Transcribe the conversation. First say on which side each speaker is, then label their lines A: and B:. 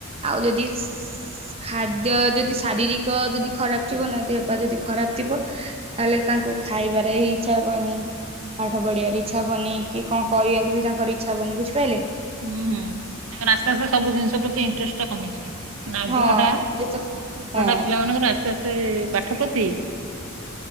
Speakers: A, on the right; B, on the right.
A: ଆଉ ଯଦି ଖାଦ୍ୟ ଯଦି ଶାରୀରିକ ଯଦି ଖରାପ ଥିବ ନା ଦେହପା ଯଦି ଖରାପ ଥିବ ତାହେଲେ ତାଙ୍କୁ ଖାଇବାରେ ହିଁ ଇଚ୍ଛା ହବନି। ପାଠ ପଢିବାରେ ଇଚ୍ଛା ହବନି କି କଣ କରିବାକୁ ବି ତାଙ୍କର ଇଚ୍ଛା ହବନି ବୁଝିପାଇଲେ।
B: ହୁଁ ହୁଁ। ତାଙ୍କର ଆସ୍ତେ ଆସ୍ତେ ସବୁ ଜିନିଷ ପ୍ରତି ଇଣ୍ଟ୍ରେଷ୍ଟ ଟା କମିଯିବ। ମାନେ ଆଗ୍ରହ
A: ହଁ
B: ଟା ଆଗ୍ରହ
A: ଯେତେ ହଁ
B: ଟା ପିଲାମାନଙ୍କର ଆସ୍ତେ ଆସ୍ତେ ପାଠ ପ୍ରତି